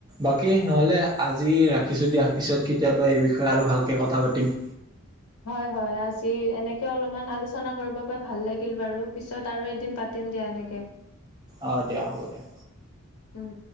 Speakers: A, on the right; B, on the left.
A: বাকী নহ'লে আজি ৰাখিছোঁ দিয়া৷ পিছত কেতিয়াবা এই বিষয়ে আৰু ভালকে কথা পাতিম৷
B: <inaudible> হয়, হয়। আজি এনেকে অলপমান আলোচনা কৰিব পাই ভাল লাগিল বাৰু, পিছত আৰু এদিন পাতি তিম দিয়া এনেকে৷
A: অ' দিয়া হ'ব দিয়া৷
B: উম।